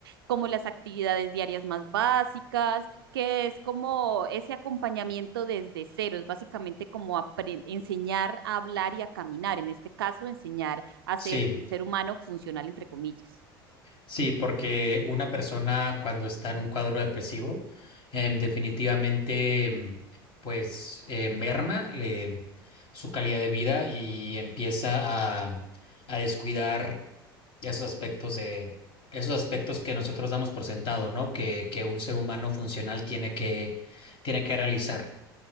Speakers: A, on the right; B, on the left.
A: como las actividades diarias más básicas, que es como ese acompañamiento desde cero, es básicamente como apren- enseñar a hablar y a caminar, en este caso, enseñar a
B: Sí,
A: ser ser humano funcional, entre comillas.
B: sí, porque una persona cuando está en un cuadro depresivo, em, definitivamente, em, pues, eh, merma le- su calidad de vida y empieza a, a descuidar esos aspectos de, esos aspectos que nosotros damos por sentado, ¿no? Que, que un ser humano funcional tiene que, tiene que realizar.